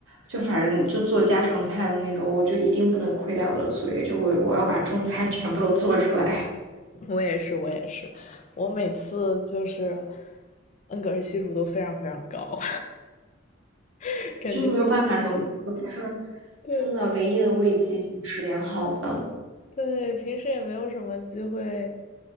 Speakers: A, on the right (about 80°); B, on the left (about 35°).
A: 就反正就做家常菜的那种，我就一定不能亏待我的嘴，就我我要把中餐 <laughs> 全部都做出来，
B: 我也是，我也是，我每次就是恩格尔系数都非常非常高，<laughs>
A: <laughs>
B: 感觉
A: 就没有办法什么，我在这儿
B: 对
A: 真的唯一的慰藉就是吃点好的。
B: 对，平时也没有什么机会，